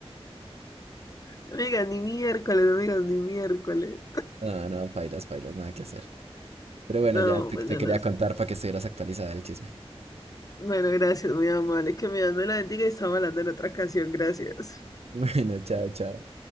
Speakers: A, on the left; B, on the right.
A: No me digas ni miércoles, no me digas ni miércoles.
B: No, no, pailas, pailas, nada que hacer. Pero bueno,
A: No,
B: ya te,
A: pues
B: te
A: yo
B: quería
A: no sé.
B: contar para que estuvieras actualizada del chisme. <laughs>
A: Bueno, gracias, muy amable. Que mi Dios me la bendiga y estamos hablando en otra ocasión. Gracias.
B: Bueno, chao, chao.